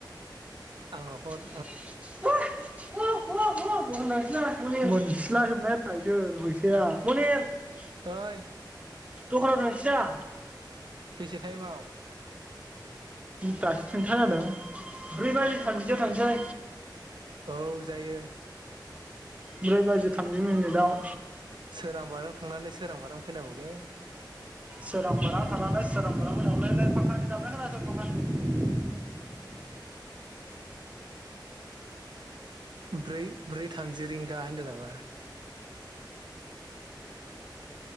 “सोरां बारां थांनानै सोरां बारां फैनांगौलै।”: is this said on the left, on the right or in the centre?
Right